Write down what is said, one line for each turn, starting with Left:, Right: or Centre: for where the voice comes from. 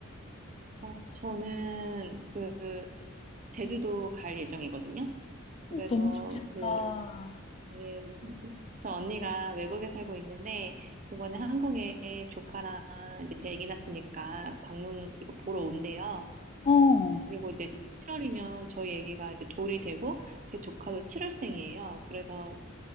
Right: 어, 저는 그, 제주도 갈 예정이거든요. 그래서
Left: 어, 너무 좋겠다.
Right: 그, 네, 저 언니가 외국에 살고 있는데, 이번에 한국에 조카랑 이제 제 아기 낳았으니까 방문, 이거 보러 온대요.
Left: 어,
Right: 그리고 이제 7월이면 저희 애기가 이제 돌이 되고 제 조카도 7월생이에요. 그래서